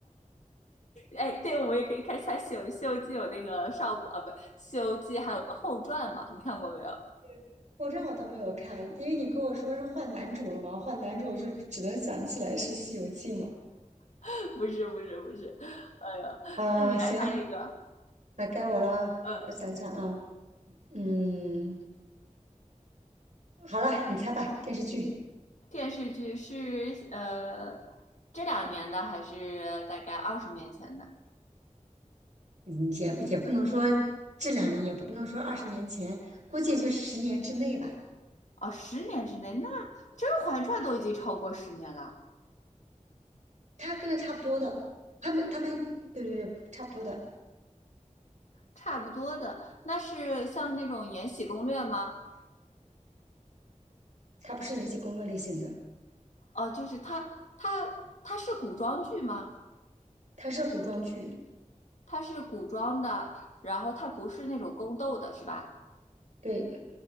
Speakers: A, on the left; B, on the right.
A: 哎，对，我们也可以看一下西游西游记》有那个上部啊，不，《西游记》还有个后传嘛？你看过没有？
B: <laughs> 我这我倒没有看，因为你跟我说是换男主了嘛，换男主我就只能想起来是《西游记》嘛。
A: <laughs> 不是，不是，不是。哎呀，
B: 啊、
A: 那你来看一个。
B: 行，那该我了。
A: 呃，
B: 我想想啊，嗯，好了，你猜吧，电视剧，
A: 电视剧是呃这两年的，还是大概二十年前的？
B: 嗯也也不能说这两年也。不。年前，估计也就十年之内吧。
A: 哦，十年之内，那《甄嬛传》都已经超过十年了。
B: 他跟他差不多的，他们他们对对对，差不多的。
A: 差不多的。那是像那种《延禧攻略》吗？
B: 他不是演戏工作类型的，
A: 哦、呃就是它，它，它是古装剧吗？
B: 他是古装剧，
A: 它是古装的，然后它不是那种宫斗的，是吧？
B: 对，